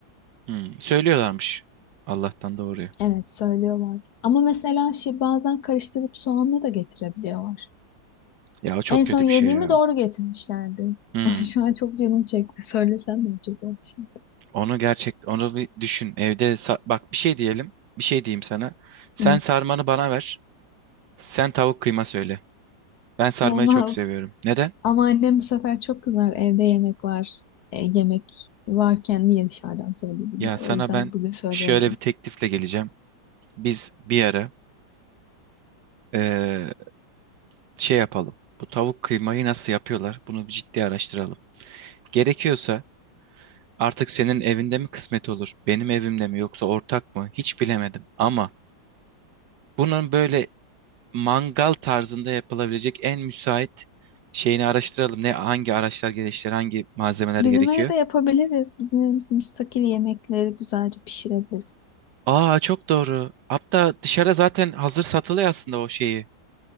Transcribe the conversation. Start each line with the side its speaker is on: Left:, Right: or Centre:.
Right: Hmm, söylüyorlarmış. Allah'tan doğruyu.
Left: Evet söylüyorlar. Ama mesela şey bazen karıştırıp soğanla da getirebiliyorlar.
Right: Ya o çok
Left: En
Right: kötü
Left: son yediğimi
Right: bir şey ya.
Left: doğru getirmişlerdi. <laughs>
Right: Hmm,
Left: Ay şu an çok canım çekti. Söylesem mi acaba şimdi?
Right: onu gerçek onu bir düşün. Evde sa- bak bir şey diyelim. Bir şey diyeyim sana. Sen
Left: Hı.
Right: sarmanı bana ver. Sen tavuk kıyma söyle. Ben sarmayı
Left: Olmaz.
Right: çok seviyorum. Neden?
Left: Ama annem bu sefer çok kızar. Evde yemek var. E, yemek varken niye dışarıdan söyledin
Right: Ya
Left: der.
Right: sana
Left: O yüzden
Right: ben
Left: bugün söyleyemem.
Right: şöyle bir teklifle geleceğim. Biz bir ara eee, şey yapalım. Bu tavuk kıymayı nasıl yapıyorlar? Bunu bir ciddi araştıralım. Gerekiyorsa artık senin evinde mi kısmet olur? Benim evimde mi yoksa ortak mı? Hiç bilemedim. Ama bunun böyle mangal tarzında yapılabilecek en müsait şeyini araştıralım. Ne hangi araçlar gerekiyor, hangi malzemeler
Left: Bizim
Right: gerekiyor?
Left: evde yapabiliriz. Bizim evimiz müstakil yemekleri güzelce pişirebiliriz.
Right: Aa çok doğru. Hatta dışarıda zaten hazır satılıyor aslında o şeyi,